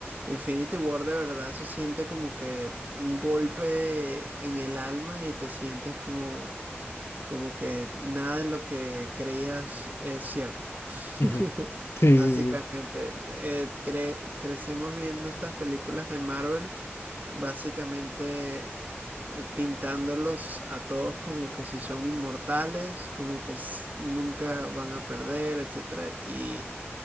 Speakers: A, on the right; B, on the left.
A: Infinity War de verdad se siente como que un golpe en el alma y te sientes como, como que nada de lo que creías es cierto.
B: Ujú,
A: <laughs>
B: ujú. Sí,
A: Básicamente,
B: sí, sí.
A: eh, cre- crecemos viendo estas películas de Marvel básicamente eh, pintándolos a todos como que si son inmortales, como que s- nunca van a perder, etcétera. Y,